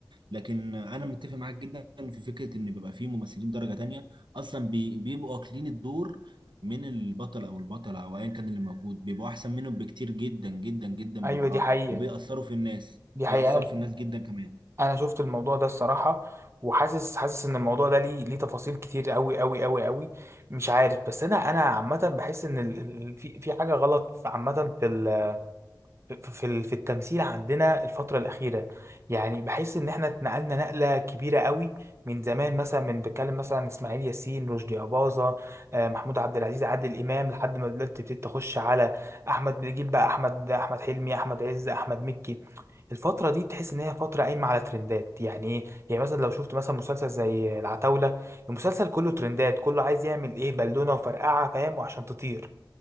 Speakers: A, on the right; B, on the right.
A: لكن انا متفق معاك جدا في فكره ان بيبقى فيه ممثلين درجه تانية اصلا بي- بيبقوا واكلين الدور من البطل او البطله او ايا كان اللي موجود بيبقوا احسن منهم بكتير جدا جدا جدا
B: ايوه
A: بمراحل
B: دي حقيقه
A: وبيأثروا في الناس
B: دي حقيقه
A: بيأثروا
B: انا
A: في الناس جدا كمان
B: انا شفت الموضوع ده الصراحه وحاسس حاسس ان الموضوع ده ليه ليه تفاصيل كتير قوي قوي قوي قوي مش عارف بس انا انا عامه بحس ان ال... ال- في في حاجه غلط عامه في ال... في في في التمثيل عندنا الفترة الأخيرة يعني بحس إن إحنا اتنقلنا نقلة كبيرة قوي من زمان مثلا من بتكلم مثلا عن إسماعيل ياسين رشدي أباظة آه، محمود عبد العزيز عادل إمام لحد ما دلوقتي تبتدي تخش على أحمد جيل بقى أحمد أحمد حلمي أحمد عز أحمد مكي الفترة دي تحس إن هي فترة قايمة على ترندات يعني إيه يعني مثلا لو شفت مثلا مسلسل زي العتاولة المسلسل كله ترندات كله عايز يعمل إيه بالونة وفرقعة فاهم وعشان تطير